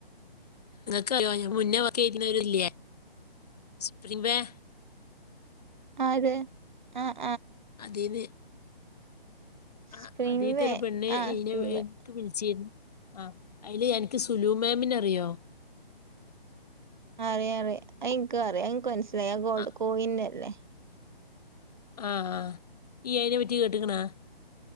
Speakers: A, on the left (about 40°); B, on the right (about 50°).
A: ക്കോ ഞ മുന്നേ ഒക്കെ ഇരുന്നവരല്ലേ സ്ര <unintelligible>
B: അതെ ആ
A: അതേവേ
B: സ്പ്രിംഗ്
A: ആ അതീത്തെരു
B: വേ
A: പെണ്ണ്
B: ആഹ് സ്പ്രിംഗ് വേ
A: ഇൻക്ക് വിളിച്ചിരുന്നു ആ അയില് എനിക്ക് സുലു മാമിന അറിയോ
B: അറിയ അറിയ അ ഇൻക്ക് അറിയാ ഇൻക്ക് മനസ്സിലായി ഗോൾഡ്
A: ആ
B: കോയിനല്ലേ
A: ആ ആ ഈ അയിനെ പറ്റി കേട്ട്ക്ക്ണാ